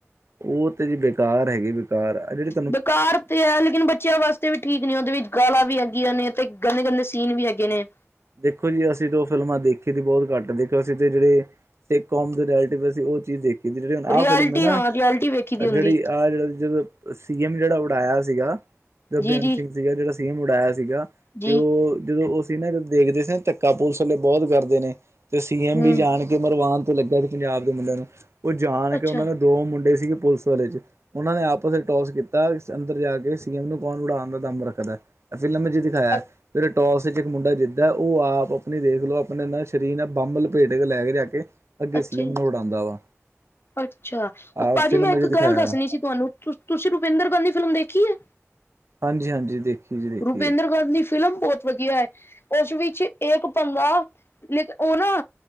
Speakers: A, on the right (about 65°); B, on the left (about 50°).
A: ਉਹ ਤੇ ਜੀ ਬੇਕਾਰ ਹੈਗੇ ਬੇਕਾਰ ਆ, ਐ ਜਿਹੜੇ
B: ਬੇਕਾਰ ਤੇ ਹੈ ਲੇਕਿਨ ਬੱਚਿਆਂ ਵਾਸਤੇ ਤੇ ਵੀ ਠੀਕ ਨੀ, ਉਹਦੇ ਵਿੱਚ ਗਾਲਾਂ ਵੀ ਹੈਗਿਆਂ ਗੀਆਂ ਨੇ ਅਤੇ ਗੰਦੇ ਗੰਦੇ ਸੀਨ ਵੀ ਹੈਗੇ ਨੇ
A: ਦੇਖੋ ਜੀ ਅਸੀਂ ਤੇ ਉਹ ਫਿਲਮਾਂ ਦੇਖੀ ਦੀ ਬਹੁਤ ਘੱਟ ਦੇਖੀ, ਅਸੀਂ ਤੇ ਜਿਹੜੇ ਸਿੱਖ ਕੌਮ ਦੇ ਰਿਲੇਟਿਵ, ਅਸੀ ਉਹ ਚੀਜ਼ ਦੇਖ ਕੀ ਜਿਹੜੀ ਆਹ
B: ਰਿਐਲਿਟੀ
A: ਫਿਲਮ ਹੈ ਨਾ,
B: ਹਾਂ ਰਿਐਲਿਟੀ ਵੇਖੀ ਦੀ ਹੁੰਦੀ
A: ਜਿਹੜੀ ਆਹ ਜਿਹੜੀ ਸੀ ਐਮ ਜਿਹੜਾ ਉਡਾਇਆ ਸੀਗਾ, ਜੋ
B: ਜੀ
A: ਬੇਅੰਤ
B: ਜੀ
A: ਸਿੰਘ ਸੀਗਾ ਜਿਹੜਾ ਸੀ ਐਮ ਉਡਾਇਆ ਸੀਗਾ
B: ਜੀ
A: ਤੇ ਉਹ ਜਦੋਂ ਉਹ ਸੀ ਨਾ ਜਦੋਂ ਦੇਖਦੇ ਸੀ ਨਾ ਧੱਕਾ ਪੁਲਿਸ ਵਾਲੇ ਬਹੁਤ ਕਰਦੇ ਨੇ ਤੇ ਸੀ ਐਮ
B: ਹੂੰ
A: ਵੀ ਜਾਣ ਕੇ ਮਰਵਾਨ ਤੇ ਲੱਗਾ ਸੀ ਪੰਜਾਬ ਦੇ ਮੁੰਡਿਆਂ ਨੂੰ, ਉਹ ਜਾਣ
B: ਅੱਛਾ
A: ਕੇ ਉਹਨਾਂ ਨੇ ਦੋ ਮੁੰਡੇ ਸੀਗੇ ਪੁਲਿਸ ਵਾਲੇ ਚੱ ਉਹਨਾਂ ਨੇ ਆਪਸ ਵਿੱਚ ਟੋਸ ਕੀਤਾ ਅੰਦਰ ਜਾ ਕੇ, ਸੀ ਐਮ ਨੂੰ ਕੌਣ ਉਡਾਉਣ ਦਾ ਦਂਮ ਰੱਖਦਾ ਏ ਫਿਲਮ ਜੇ ਦਿਖਾਇਆ,
B: ਅ
A: ਫਿਰ ਟੋਸ ਵਿੱਚ ਇੱਕ ਮੁੰਡਾ ਜਿੱਤ ਔ ਆਪ ਆਪਣੀ ਦੇਖ ਲੋ, ਆਪਣੇ ਸਰੀਰ ਨਾਲ ਬੰਬ ਲਪੇਟ ਕੇ ਲੈ ਕੇ ਜਾ ਕੇ ਅੱਗੇ
B: ਅੱਛਾ
A: ਸੀ ਐਮ
B: ਜੀ
A: ਨੂੰ ਉਡਾਉਂਦਾ ਵਾ
B: ਅੱਛਾ ਉਹ
A: ਆਹ
B: ਭਾਜੀ
A: ਫਿਲਮ
B: ਮੈਂ ਇੱਕ
A: ਵਿੱਚ ਦਿਖਾਇਆ
B: ਗੱਲ ਦੱਸਣੀ ਸੀ ਤੁਹਾਨੂੰ, ਤੁਸੀਂ ਰੁਪਿੰਦਰ ਗਾਂਧੀ ਫਿਲਮ ਦੇਖੀ ਹੈ
A: ਹਾਂਜੀ ਹਾਂਜੀ ਦੇਖੀ ਜੀ ਦੇਖੀ
B: ਰੁਪਿੰਦਰ ਗਾਂਧੀ ਫਿਲਮ ਬਹੁਤ ਵਧੀਆ ਹੈ ਉਸ ਵਿੱਚ ਇੱਕ ਪੰਗਾ, ਲੇਕਿਨ ਉਹ ਨਾ